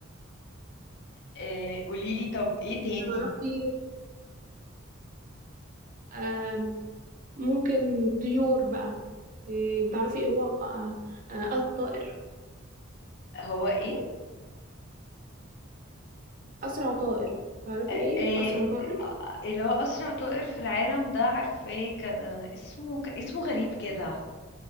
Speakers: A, on the left; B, on the right.
A: إيه قوليلي طب ايه تاني
B: تعرفي آم، ممكن طيور بقى إيه تعرفي ايه هو آه، آه، أسرع طائر
A: هو ايه
B: أسرع طائر تعرفي
A: آه،
B: ايه
A: آه،
B: أسرع طائر
A: آه، اللي هو أسرع طائر في العالم ده عارفة ايه كان آه، اسمه ك- اسمه غريب كده